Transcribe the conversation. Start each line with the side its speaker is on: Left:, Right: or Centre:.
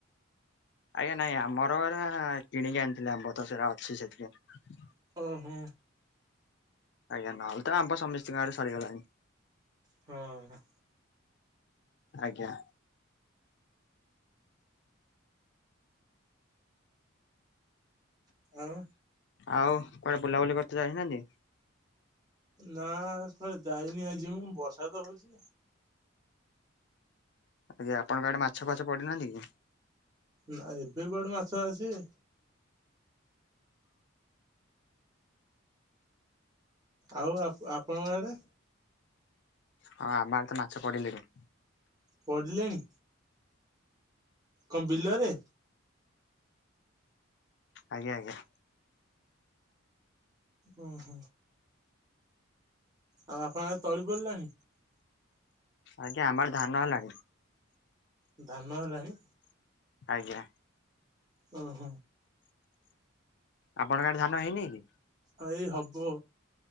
Left: ଆଜ୍ଞା ନାଇଁ ଆମର ଏରା କିଣିକି ଆଣିଥିଲେ, ଆମ୍ବ ତ ସେରା ଅଛି ସେଥିପାଇଁ।
Right: ଓ ହୋ।
Left: ଆଜ୍ଞା ନହେଲେ ତ ଆମ ସମସ୍ତିଙ୍କ ଆଡେ ସରିଗଲାଣି।
Right: ହଁ।
Left: ଆଜ୍ଞା।
Right: ଆଉ।
Left: ଆଉ କୁଆଡେ ବୁଲାବୁଲି କରିତେ ଯାଇନାହାନ୍ତି?
Right: ନା କୁଆଡ଼େ ଯାଇନି, ଆଜି ମୁଁ ବର୍ଷା ତ ହଉଛି।
Left: ଆଜ୍ଞା ଆପଣଙ୍କ ଆଡେ ମାଛ ଫାଛ ପଡିନାହାନ୍ତି କି?
Right: ନା ଏବେ କୁଆଡେ ମାଛ ଆସିବେ? ଆଉ ଆପ ଆପଣଙ୍କ ଆଡେ?
Left: ହଁ ଆମ ଆଡେ ତ ମାଛ ପଡ଼ିଲେଣି।
Right: ପଡିଲେଣି? କଣ ବିଲରେ?
Left: ଆଜ୍ଞା ଆଜ୍ଞା।
Right: ଉଁ - ହୁଁ। ଆଉ ଆପଣଙ୍କ ଆଡେ ତଳି ପଡ଼ିଲାଣି?
Left: ଆଜ୍ଞା ଆମ ଆଡେ ଧାନ ହେଲାଣି।
Right: ଧାନ ହେଲାଣି?
Left: ଆଜ୍ଞା।
Right: ଓ ହୋ।
Left: ଆପଣଙ୍କ ଆଡେ ଧାନ ହେଇନେଇ କି?
Right: ଏଇ ହବ